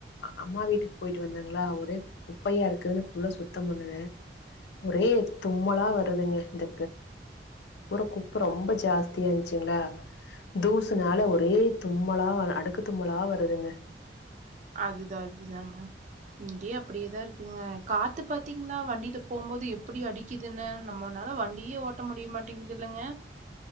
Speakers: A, on the left (about 75°); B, on the right (about 45°).
A: அம்மா வீட்டுக்கு போயிட்டு வந்தங்களா ஒரே குப்பையா இருக்குதுன் ஃபுல்லா சுத்த பண்ணுனே ஒரே தும்மலா வருதுங்க இந்த ஊர குப்ப ரொம்ப ஜாஸ்தி ச்சுங்ளா தூசுனால ஒரே தும்மலா அடுக்கு தும்மலா வருதுங்க
B: அதுதா அதுதாங்க இங்கேயே அப்டியேதா இருக்குங்க காத்து பாத்தீங்ளா வண்டியில போம்போது எப்புடி அடி க்குதுன்னு நம்மனால வண்டியே ஓட்ட முடிய மாட்டேங்குது இல்லங்க